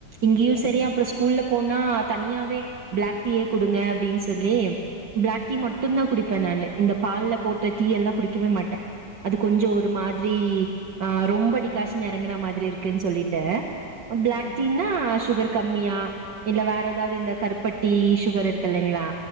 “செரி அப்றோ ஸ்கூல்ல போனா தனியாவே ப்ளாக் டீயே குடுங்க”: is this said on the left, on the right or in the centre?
Right